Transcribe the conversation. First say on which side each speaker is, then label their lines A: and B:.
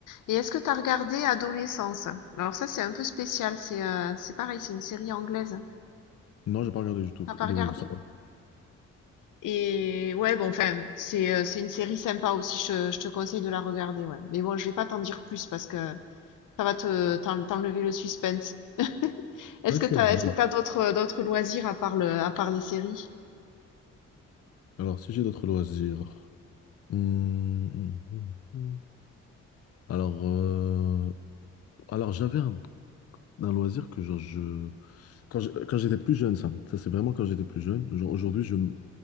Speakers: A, on the left; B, on the left.
A: est-ce que tu as regardé Adolescence? Alors ça, c'est un peu spécial, c'est, heu, c'est pareil, c'est une série anglaise.
B: Non, j'ai pas regardé du tout.
A: T'as pas
B: de-
A: regardé?
B: ça va.
A: Et ouais, bon, enfin, c'est, heu, c'est une série sympa aussi, je je te conseille de la regarder, ouais. Mais bon, je vais pas t'en dire plus parce que Ça va te t'en- t'enlever le suspense. <laughs> Est-ce
B: Ok.
A: que t'as,
B: oui.
A: est-ce que t'as d'autres, d'autres loisirs à part le, à part les séries?
B: Alors, si j'ai d'autres loisirs. Hmm, hmm, hmm, hmm. Alors, euh, alors j'avais un, un loisir que genre, je, Quand je- quand j'étais plus jeune, ça, ça c'est vraiment quand j'étais plus jeune. Genre, Aujourd'hui, je m-